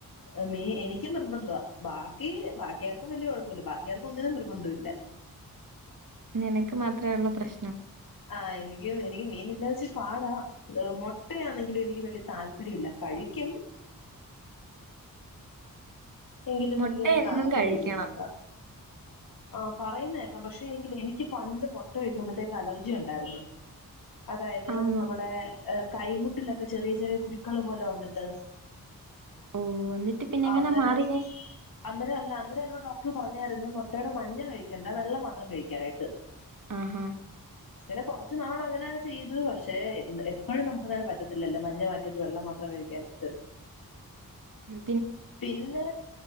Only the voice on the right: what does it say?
എനക്ക് മാത്രമേള്ളാ പ്രശ്നം
മുട്ട
എന്നും
കഴിക്കണം.
ആണോ?
ഓ അന്നിട്ട്‌ പിന്നെയെങ്ങാനാ
മാറിയ
ആഹാ
ഉം